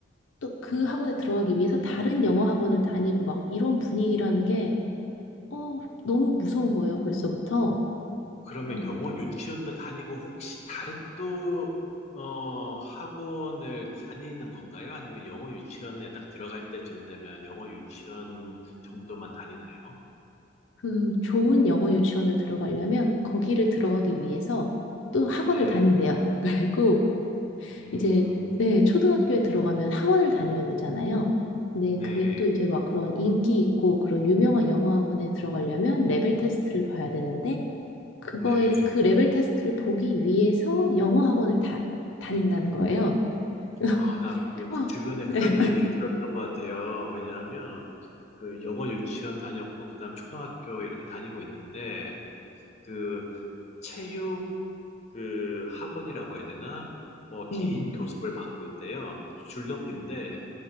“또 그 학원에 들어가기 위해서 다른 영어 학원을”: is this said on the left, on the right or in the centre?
Left